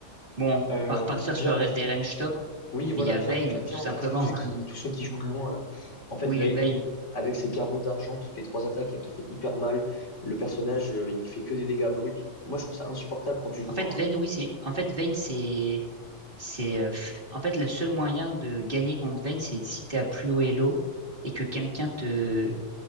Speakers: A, on the right; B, on the left.
A: Bon,
B: Euh,
A: on va repartir
B: viens,
A: sur des range top,
B: Oui, voilà,
A: mais il y a
B: viens,
A: Vayne,
B: on, cla- viens,
A: tout
B: on
A: simplement.
B: classe tous ceux
A: <laughs>
B: qui, tous ceux qui jouent de loin, là. En fait,
A: Oui,
B: Vayne,
A: Vayne.
B: avec ses carreaux d'argent, toutes les trois attaques, elle te fait hyper mal. Le personnage, euh, il fait que des dégâts bruts. Moi, je trouve ça insupportable quand tu joues
A: En fait,
B: un...
A: Vayne, oui, c'est, en fait, Vayne, c'est, C'est, euh, f- en fait, le seul moyen de gagner contre Vayne, c'est si t'es à plus haut elo et que quelqu'un te,